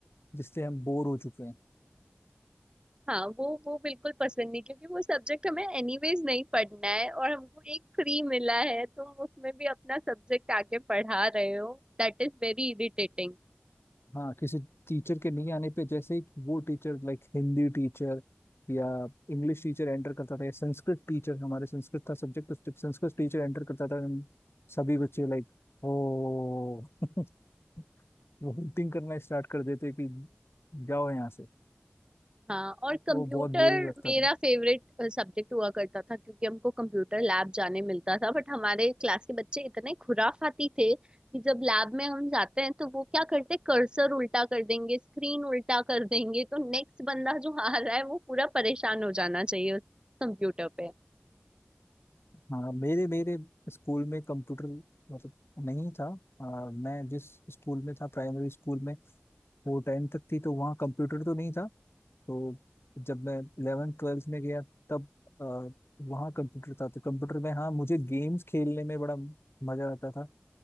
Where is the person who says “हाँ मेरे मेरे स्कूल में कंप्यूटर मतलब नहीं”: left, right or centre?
Left